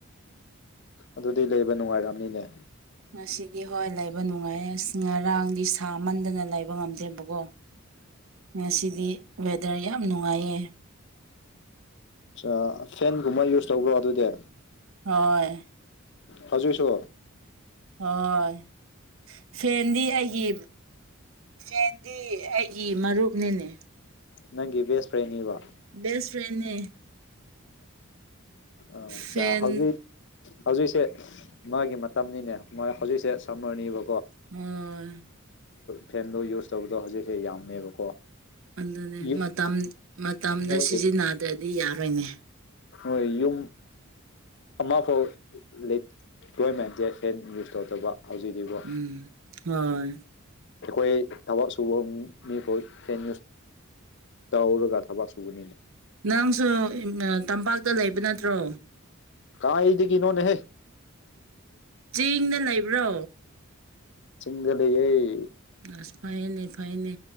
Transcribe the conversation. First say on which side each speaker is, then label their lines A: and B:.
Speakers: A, on the left; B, on the right.
A: ꯑꯗꯨꯗꯤ ꯂꯩꯕ ꯅꯨꯡꯉꯥꯏꯔꯝ ꯅꯤꯅꯦ
B: ꯉꯁꯤꯗꯤ ꯍꯣꯏ ꯂꯩꯕ ꯅꯨꯡꯉꯥꯏ ꯑꯁ ꯉꯔꯥꯡꯗꯤ ꯁꯥꯃꯟꯗꯅ ꯂꯩꯕ ꯉꯝꯗꯦꯕꯀꯣ ꯉꯁꯤꯗꯤ ꯋꯦꯗꯔ ꯌꯥꯝ ꯅꯨꯡꯉꯥꯏꯌꯦ
A: ꯑꯁꯥ ꯐꯦꯟꯒꯨꯝꯕ ꯌꯨꯁ ꯇꯧꯕ꯭ꯔꯣ ꯑꯗꯨꯗꯤ
B: ꯍꯣꯏ
A: ꯍꯧꯖꯤꯛ ꯁꯨ
B: ꯍꯣꯏ ꯐꯦꯟꯗꯤ ꯑꯩꯒꯤ ꯐꯦꯟꯗꯤ ꯑꯩꯒꯤ ꯃꯔꯨꯞꯅꯤꯅꯦ
A: ꯅꯪꯒꯤ ꯕꯦꯁ ꯐ꯭ꯔꯦꯟ ꯅꯤꯕ
B: ꯕꯦꯁ ꯐ꯭ꯔꯦꯟꯅꯦ
A: ꯑꯆꯥ
B: ꯐꯦꯟ
A: ꯍꯧꯖꯤꯛ ꯍꯧꯖꯤꯛꯁꯦ ꯃꯥꯒꯤ ꯃꯇꯝꯅꯤꯅꯦ ꯃꯥ ꯍꯧꯖꯤꯛꯁꯦ ꯁꯝꯃꯔꯅꯤꯕ
B: ꯍꯣꯏ
A: ꯐꯦꯟꯗꯣ ꯌꯨꯁ ꯇꯧꯕꯗꯣ ꯍꯧꯖꯤꯛꯁꯦ ꯌꯥꯝꯃꯦꯕꯀꯣ
B: ꯑꯗꯨꯅꯦ
A: ꯌꯨꯝ
B: ꯃꯇꯝ ꯃꯇꯝꯗ
A: ꯍꯣꯏ
B: ꯁꯤꯖꯤꯟꯅꯗ꯭ꯔꯗꯤ ꯌꯥꯔꯣꯏꯅꯦ
A: ꯍꯣꯏ ꯌꯨꯝ ꯑꯃꯐꯥꯎ ꯂꯩꯇꯦꯅꯦ ꯐꯦꯟ ꯌꯨꯁ ꯇꯧꯗꯕ ꯍꯧꯖꯤꯛꯗꯤꯀꯣ
B: ꯎꯝ ꯍꯣꯏ
A: ꯑꯩꯈꯣꯏ ꯊꯕꯛ ꯁꯨꯕ ꯃꯤꯐꯥꯎ ꯐꯦꯟ ꯌꯨꯁ ꯇꯧꯔꯒ ꯊꯕꯛ ꯁꯨꯕꯅꯤꯅꯦ
B: ꯅꯪꯁꯨ ꯇꯝꯄꯥꯛꯇ ꯂꯩꯕ ꯅꯠꯇ꯭ꯔꯣ
A: ꯀꯥꯏꯗꯒꯤ ꯅꯣꯅꯦ ꯍꯦ
B: ꯆꯤꯡꯗ ꯂꯩꯕ꯭ꯔꯣ
A: ꯆꯤꯡꯗ ꯂꯩꯩꯌꯦ
B: ꯑꯁ ꯐꯩꯌꯦꯅꯦ ꯐꯩꯌꯦꯅꯦ